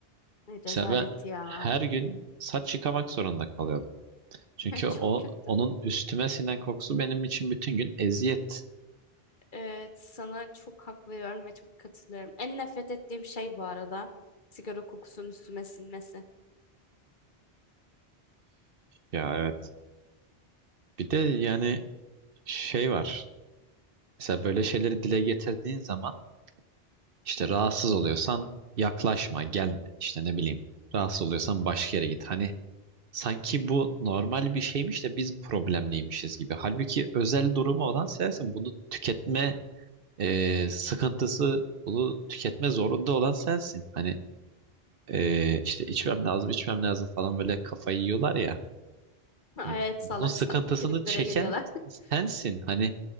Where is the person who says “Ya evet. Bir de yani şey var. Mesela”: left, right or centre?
Right